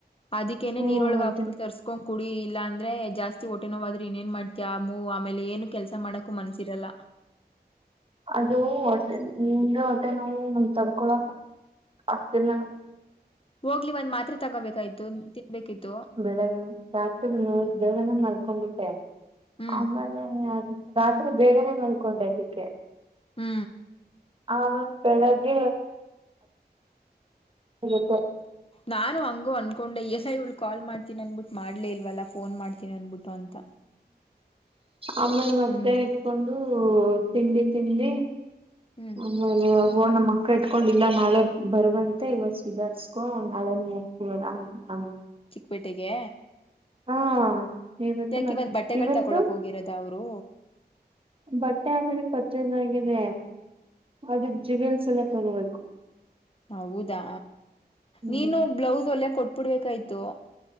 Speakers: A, on the left; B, on the right.
A: ಅದಿೇನೆೇ
B: ಹ್ಮ್
A: ನೀರೊಳಗ
B: ಅದೇ
A: ಹಾಕ್ಬಿಟ್ಟು ತರ್ಸ್ಕೊಂಡ ಕುಡಿ ಇಲ್ಲಾ ಅಂದ್ರೆ ಜಾಸ್ತಿ ಹೊಟ್ಟೆನೋವು ಆದ್ರೂ ಇನ್ೇನ್ ಮಾಡ್ತ ಆ ಮೂವ ಆಮೇಲೆ ಏನು ಕೆಲಸ ಮಾಡಕು ಮನ್ಸಿರಲ್ಲ
B: ಅದು ಹೊಟ್ಟೆ ಮುಂದೆ ಹೊಟ್ಟೆ ನಾವು ನನ್ಗೆ ತಡ್ಕೊಳಕ ಆಗ್ತಿಲ್ಲ
A: ಹೋಗ್ಲಿ ಒಂದ್ ಮಾತ್ರೆ ತಗೋಬೇಕ್ತು ತಿನ್ಬೇಕಿತ್ತು
B: ಬೆಳಗ್ ರಾತ್ರಿ ನೂರು ಬೇಗನೆ ಮಲ್ಕೊಂಡ್ಬಿಟ್ಟೆ
A: ಹ್ಮ್
B: ಆಮೇಲೆ ಅದು ರಾತ್ರಿ ಬೇಗನೆ ಮಾಲ್ಕೊಂಡೆ ಇದ್ದಕ್ಕೆ
A: ಹೂ
B: ಹ ಬೆಳಗ್ಗೆ ಗೊತ್ತೆ
A: ನಾನು ಹಂಗು ಅನ್ಕೊಂಡೆ ಎಸ್ ಐ ಉಳ್ ಕಾಲ್ ಮಾಡ್ೀನಿ ಅನ್ಬಿಟ್ಟ ಮಾಡಲೇ ಇಲ್ವಲ್ಲ ಫೋನ್ ಮಾಡ್ತನಿ ಅನ್ಬಿಟ್ಟು ಅಂತ
B: ಆಮೇಲೆ ಮತ್ತೆ
A: ಹ್ಮ್
B: ಇಟ್ಕೊಂಡು ತಿಂಡಿ ತಿಂಡಿ
A: ಹ್ಮ್
B: ಆಮೇಲೆ ಅವು ಓ ನಮ್ಮ ಅಕ್ಕ ಇಟ್ಕೊಂಡ ಇಿಲ್ಲ ನಾಳೆ ಬರುವಂತೆ ಇವತ್ತು ಸಧಾರ್ಸ್ಕೊಂಡ ನಾಳೆೇ ಹೇರ್ತೀವೇ ಹ ಹ
A: ಪೇಟೆಗೆ
B: ಹಾ ಇವತ್ತು
A: ಯಾಕ
B: ಮತ್
A: ಇಿವತ್ ಬಟ್ಟೆಗಳು
B: ಇವತ್ತು
A: ತಕೊಳಕ್ ಹೋಗಿರೋದ ಅವ್ರು
B: ಬಟ್ಟೆ ಅಂದ್ರೆ ಪಚ್ಚೆನ್ನಾಗಿದೆ ಅದ ಜಿಬಲ್ಸ್ ಎಲ್ಲ ತಗೋಬೇಕು
A: ಹೌದಾ
B: ಹ್ಮ್
A: ನೀನು ಬ್ಲೌಸ್ ಒಲೆಯಾಕೆ ಕೊಟ್ಬಿಡ್ಬೇಕಾಯ್ತು